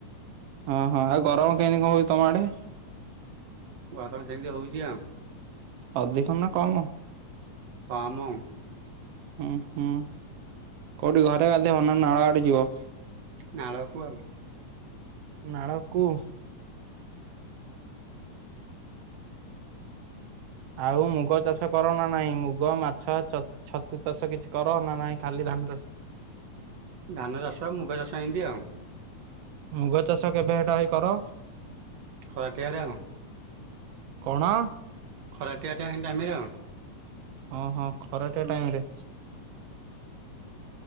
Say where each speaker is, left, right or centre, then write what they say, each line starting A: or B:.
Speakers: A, on the right; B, on the right.
A: ହଁ ହଁ, ଆଉ ଗରମ କେନ୍ତି କ- ହଉ ତମ ଆଡ଼େ?
B: ଗରମ ସେନ୍ତି ହଉଚି ଆଉଁ।
A: ଅଧିକ ନା କମ?
B: <inaudible>
A: ଉଁ ହୁଁ, କଉଠି ଘରେ ଗାଧେଇବ ନା ନାଳ ଆଡ଼େ ଯିବ?
B: ନାଳକୁ ଆଉ।
A: ନାଳ କୁ। ଆଉ ମୁଗ ଚାଷ କର ନା ନାଇଁ? ମୁଗ, ମାଛ ଛତୁ ତାଷ କିଛି କର ନା ନାଇଁ, ଖାଲି ଧାନ ତାଷ।
B: ଧାନ ଚାଷ, ମୁଗ ଚାଷ ଇନ୍ତି ଆ।
A: ମୁଗ ଚାଷ କେବେ ହେଟା ଭାଇ କର?
B: <inaudible>
A: <inaudible>
B: <inaudible>
A: ଅହଃ, ଖରାଟିଆ ଟାଇମି ରେ।